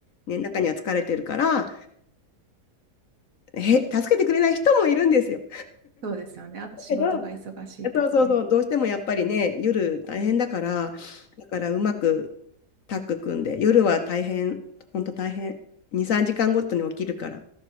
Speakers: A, on the left; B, on the right.
A: ね、中には疲れてるから、へ、助けてくれない人もいるんですよ。
B: そうですよね。あと仕事が忙しいとかね。
A: だけど、そうそうそう、どうしてもやっぱりね、夜大変だから、だからうまくタッグ組んで、夜は大変、本当大変、2、3時間ごとに起きるから。